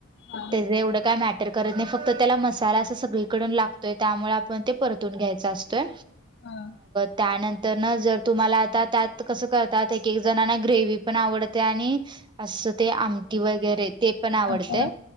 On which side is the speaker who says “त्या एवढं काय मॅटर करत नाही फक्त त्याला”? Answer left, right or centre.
Right